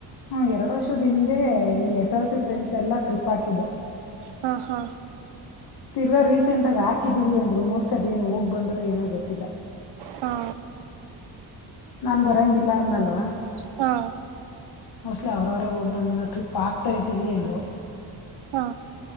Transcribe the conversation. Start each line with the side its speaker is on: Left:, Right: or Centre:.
Left: ಹ್ಮ ಎರಡು ವರ್ಷದ ಹಿಂದೆ ಈ ಎಸ್ ಎಲ್ ಸಿ ಫ್ರೆಂಡ್ಸ್ ಎಲ್ಲಾ ಟ್ರಿಪ್ ಹಾಕಿದರು.
Right: ಹಾ ಹಾ.
Left: ತಿರ್ಗ ರೀಸೆಂಟ್ ಆಗ ಹಾಕಿದೀವಿ ಅಂದ್ರು ಮೋಸ್ಟ್ ಅದ ಏನ್ ಹೋಗ್ ಬಂದ್ರ ಏನೊ ಗೊತ್ತ.
Right: ಹಾ
Left: ನನ್ ಬರಂಗಿಲ್ಲ. ಅಲ್ವಾ.
Right: ಹಾ.
Left: ಮೋಸ್ಟ್ಲಿ ಅವ್ರವರೇ ಹೋಗ್ ಬಂದ ನ ಟ್ರಿಪ್ ಆಗ್ತಾ ಇದ್ದೀವಿ ಅಂದ್ರು.
Right: ಹಾ.